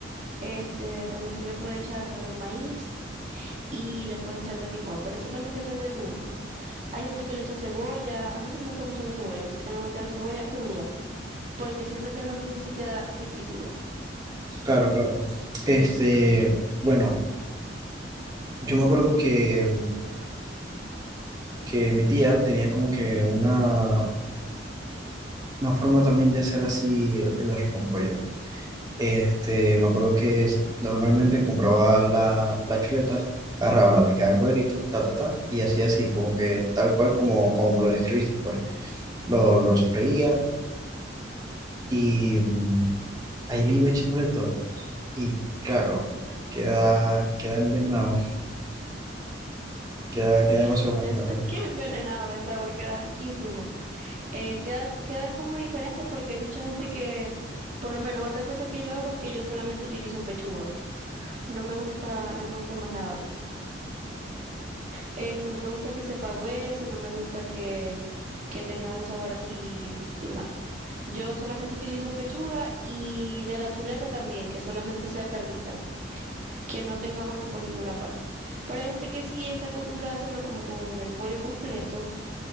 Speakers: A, on the right (about 40°); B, on the right (about 20°).
A: este, también se le puede echar maíz y le puedes echar petit pois, pero eso también depende de tu gusto. Hay gente que le echa cebolla, a mí no me gusta mucho la cebolla, no soy tan amante de la cebolla cruda, porque siento que en los guisos sí queda riquísimo.
B: Claro, claro. Este, bueno, yo me acuerdo que que mi tía tenía como que una, una forma también de hacer así el, el arroz con pollo. Este, me acuerdo que es- normalmente compraba la, la chuleta, agarraba, la picaba en cuadritos, ta, ta, ta, y hacía así, como que tal cual como, como lo describiste, pues lo, lo freía y mm, ahí le iba echando de todo. Y claro, queda, queda envenenado, queda,
A: Sí,
B: queda demasiado
A: el, s-
B: bueno.
A: el s-
B: el-
A: <laughs> que envenenado, el sabor queda riquísimo. Eh, queda, queda como diferente porque hay mucha gente que, por lo menos otra cosa que yo hago es que yo solamente utilizo pechuga. No me gusta, no me gusta más nada. Este, no me gusta que sepa hueso, no me gusta que, que tengan un sabor así. No. Yo solamente utilizo pechuga y de la chuleta también, que solamente sea carnita. que no tenga hueso por ninguna parte. Pero hay gente que sí está acostumbrada a hacerlo como con el pollo completo